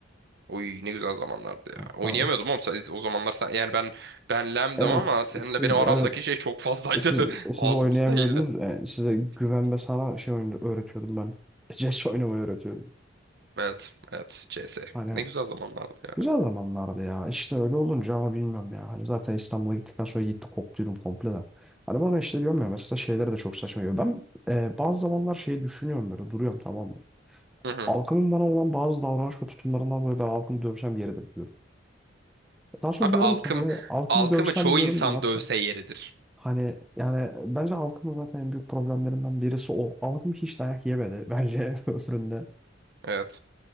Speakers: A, on the right (about 60°); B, in the centre.
A: Oy ne güzel zamanlardı ya.
B: Yani
A: Oynayamıyordum
B: daha-
A: oğlum. Sen- O zamanlar sen, yani ben ben lemdim
B: evet
A: ama seninle
B: siz,
A: benim aramdaki
B: evet
A: şey çok fazlaydı.
B: siz
A: <laughs>
B: siz
A: Ağzımız
B: oynayamıyordunuz.
A: değildi.
B: E, size güven ve sana şey oyunu öğretiyordum ben. <laughs> CS oynamayı öğretiyordum.
A: Evet, evet CS.
B: Hani
A: Ne güzel zamanlardı ya.
B: Güzel zamanlardı ya. İşte öyle olunca ama bilmiyorum ya. Hani zaten İstanbul'a gittikten sonra gitti koptuydum komple de. Hani bana işte diyorum ya mesela şeyleri de çok saçma geliyor. Ben e, bazı zamanlar şey düşünüyorum böyle duruyorum tamam mı?
A: Hı hı.
B: Halkımın bana olan bazı davranış ve tutumlarından dolayı ben halkımı dövsem yeridir diyorum. Daha sonra
A: Abi
B: diyorum
A: alkım
B: ki hani halkımı
A: alkımı
B: dövsem
A: çoğu
B: diyorum
A: insan
B: ne yapacağım?
A: dövse yeridir.
B: Hani yani bence halkımın zaten en büyük problemlerinden birisi o. Halkım hiç dayak yemedi bence <laughs> ömründe.
A: Evet.